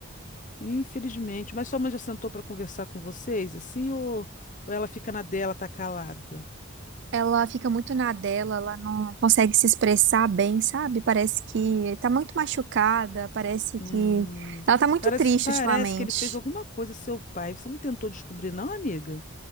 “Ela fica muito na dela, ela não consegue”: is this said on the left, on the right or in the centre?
Right